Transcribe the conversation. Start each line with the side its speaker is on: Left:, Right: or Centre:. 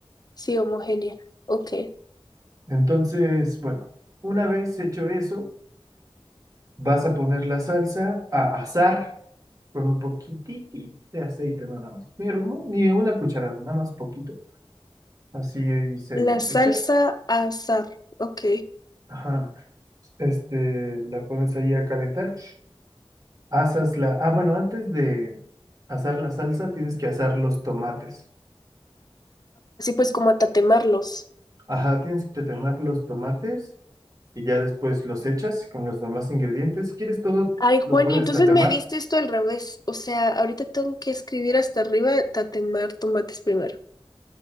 Left: sí, homogénea. Ok.
Right: Entonces, bueno, una vez hecho eso, vas a poner la salsa a asar con un poquitito de aceite nada más. Pero mu- ni una cucharada, nada más poquito. Así se
Left: La
Right: lo
Left: salsa
Right: echas.
Left: azar, ok.
Right: Ajá. Este, la pones ahí a calentar. Asas la... Ah, bueno, antes de asar la salsa tienes que asar los tomates.
Left: Así pues como a tatemarlos.
Right: Ajá, tienes que temar los tomates y ya después los echas con los demás ingredientes. Si quieres todo,
Left: Ay, Juan,
Right: lo puedes
Left: y entonces
Right: tatemar.
Left: me diste esto al revés. O sea, ahorita tengo que escribir hasta arriba, tatemar tomates primero.